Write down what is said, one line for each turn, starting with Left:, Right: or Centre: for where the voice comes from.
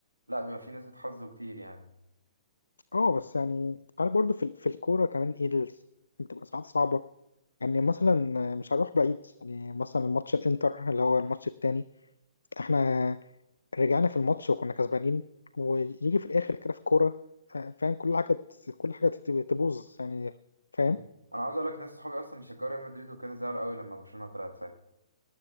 Right: لا بيبقى فيه نسبة حظ كتير يعني
Left: اه بس يعني انا برضو في ال- في الكوره كمان ايه الس- بتبقى ساعات صعبه يعني مثلا مش هروح بعيد يعني مثلا ماتش الانتر اللي هو الماتش التاني احنا رجعنا في الماتش وكنا كسبانين ويجي في الاخر كده في كوره آه، فاهم كل حاجه ت- كل حاجه تت- تبوظ يعني فاهم
Right: مم. أنا عاوز أقول لك ناس صحابي أصلا بيشجعوا ريال مدريد وكده زعلوا قوي لما برشلونة طلعت ساعتها